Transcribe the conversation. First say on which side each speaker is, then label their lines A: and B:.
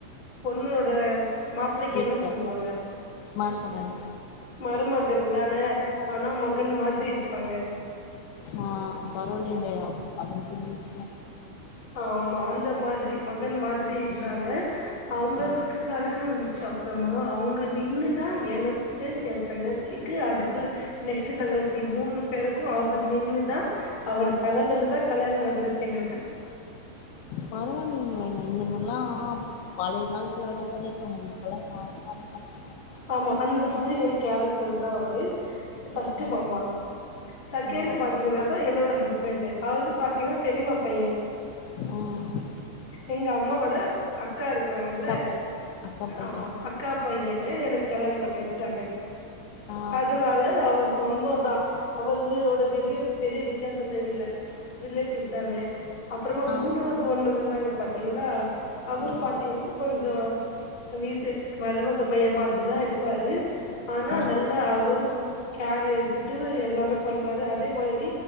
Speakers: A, on the left; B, on the left.
A: பொண்ணோட மாப் புள்ளைக்கி
B: வீட்டுக்கார்
A: என்ன சொல்லுவாங்க
B: மருமகன்
A: மருமகன் தானே ஆனா மகன் மாதிரி இருப்பாங்க
B: ஆ பரவாயில்லேங்ளே அப் அதுவே பெரிய விஷ்யோ
A: ஆமா அந்த மாதிரி மகன் மாதிரி இருந்தாங்க அவுங்களுக்கு
B: ஆ
A: கல்யாணம் சப்டோமா அவுங்க நின்னு தா எனக்கு எ தங்கச்சிக்கு அதுக்கு நெக்ஸ்ட் தங்கச்சி மூணு பேருக்கு அவர் நின்னுதா அவரு தலமையில தா கல்யாண நடந்துச்சு எங்களுக்கு
B: பரவாயில்ங்ளேங்க இந்த மார்லா பழைய காலத்துல வேணா பண்ணிருப்பாங்க இப்பல யாரு பண்ண மாட்டங்க
A: ஆமா அந்த மாரி ஒரு கேரக்டர் தா அவரு இது ஃபஸ்ட்டு
B: ஆ
A: மாமா செகண்ட்
B: ஆ
A: பாத்தீங்கன்னா தா என்னோட ஹஸ்பெண்ட்டு அதாவது பாத்தீங்கன்னா பெரியம்மா பைய
B: ம்
A: எங்க அம்மாவோட அக்கா இருக்குறாங்கல்ல
B: அக்கா பை அக்கா பையன்
A: ஆமா க்கா பையன்ன எனக் கல்யாண பண்ணி வச்சுட்டாங்க
B: ஆ
A: அதுனால அவர் சொந்தோந்தான் அவரிதயோட வெரிய பெரிய வித்தியாசோ தெரில ரிலேட்டிவ் தான அப்புறமா
B: ஆ
A: மூணாவ்து ஒன்னு வந்தாங்க பாத்தீங்ளா அவரு
B: ம்
A: பாத்தீங்னா கொஞ்சோ வீட்டு மருமக பையன் மாதிரிதா இருப்பாரு ஆனா
B: ஆ
A: நல்லா அவரு கேர் எடுத்துட்டு எல்லாமே பண்வாரு அதே மாரி